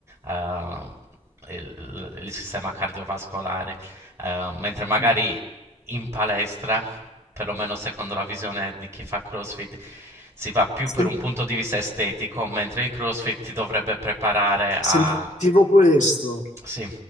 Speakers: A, on the right; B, on the left.
A: eh, il il sistema cardiovascolare. Eh, mentre magari
B: Mm.
A: in palestra, perlomeno secondo la visione di chi fa CrossFit, si va più
B: Sen-
A: per un punto di vista estetico, mentre il CrossFit ti dovrebbe preparare a...
B: sentivo questo,
A: Sì,